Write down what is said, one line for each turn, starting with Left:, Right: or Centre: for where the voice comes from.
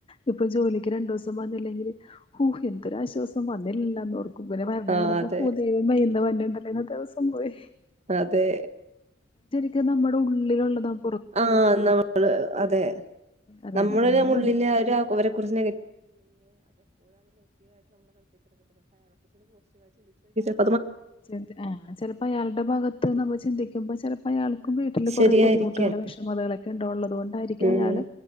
Left: ഇപ്പൊ ജോലിക്ക് രണ്ടു ദിവസം വന്നില്ലെങ്കിൽ ഹോ എന്തൊരുരാശ്വാസം വന്നില്ലില്ലന്ന് ഓർ <unintelligible> വരണ
Right: ആ
Left: കാണുമ്പോ
Right: അതെ
Left: ഹോ ദൈവമേ ഇന്ന് വര്ണിണ്ട് ഇന്നത്തെ ദിവസം പോയി.
Right: അതെ.
Left: ഒക്കെ നമ്മുടെ ഉള്ളിലുള്ളതാണ്.
Right: ആഹ്, നമ്മള്, അതെ,
Left: അതന്നെ
Right: നമ്മളെ,
Left: നമ്മുടെ
Right: ഉള്ളില്, അവരെ, കുറിച്ച് <unintelligible> <unintelligible>
Left: ച ആഹ ചെലപ്പ ഇയാളുടെ ഭാഗത്ത് - ത്ത് നമ്മ ചിന്തിമ്പോ ചിലപ്പോഅയാൾക്ക് വീട്ടില് കൊറെേ
Right: ശരിയായിരിക്കാം
Left: ബുദ്ധിമുട്ടുകള് വിഷമതകളൊക്കെ ഉണ്ടാള്ളത് കൊണ്ടായിരിക്കും
Right: ഉം
Left: അയാള്